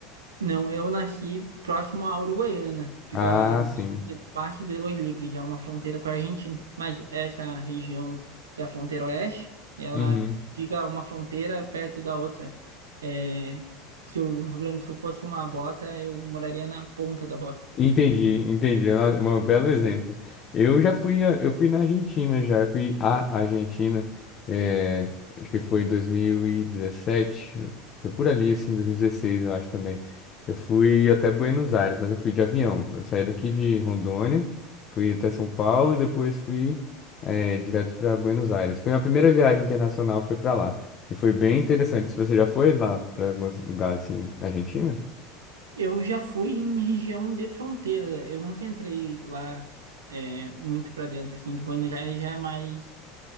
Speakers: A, on the right (about 85°); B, on the left (about 40°).
A: Não, eu nasci próximo à Uruguaiana. Fica
B: Ah,
A: do
B: sim.
A: lado de parte de Los Libres, é uma fronteira com a Argentina. Mas essa região, que é a fronteira oeste, ela
B: Uhum.
A: fica uma fronteira perto da outra. É, se o Rio Grande do Sul fosse uma bota, eu moraria na ponta da bota.
B: Entendi, entendi. É Um belo exemplo. Eu já fui, a- eu fui na Argentina já, eu fui à Argentina, eh, acho que foi em 2017, eu- foi por ali assim, 2016 eu acho também. Eu fui até Buenos Aires, mas eu fui de avião. Eu saí daqui de Rondônia, fui até São Paulo e depois fui, eh, direto para Buenos Aires. Foi a primeira viagem internacional, foi para lá e foi bem interessante. Se você já foi lá para alguns lugares assim, na Argentina?
A: Eu já fui em região de fronteira. Eu nunca entrei lá é, muito pra dentro, assim, que Buenos Aires já é mais,